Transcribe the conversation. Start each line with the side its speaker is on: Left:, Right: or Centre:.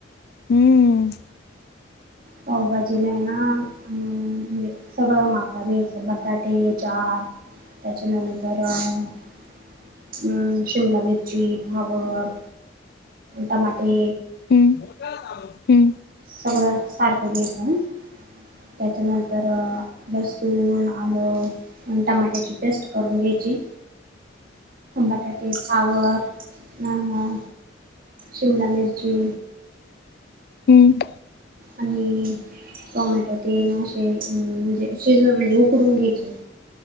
Left: हम्म
Right: पावभजीला आहेनाे सगळं मापावी असं बटाटे चार त्याच्यानंतर अम् शिमला मिरची भावर टमाटे
Left: हम्म हम्म
Right: सगळं सारखं घ्यायचं त्याच्यानंतर लसूण आलं आणि टमाट्याची पेस्ट करून घ्यायची बटाटे सावरवर अ शिमला मिर्ची
Left: हम्
Right: आणि टोमॅटो तेल असे म्हणजे शिज म्हणजे उकडून घ्यायचे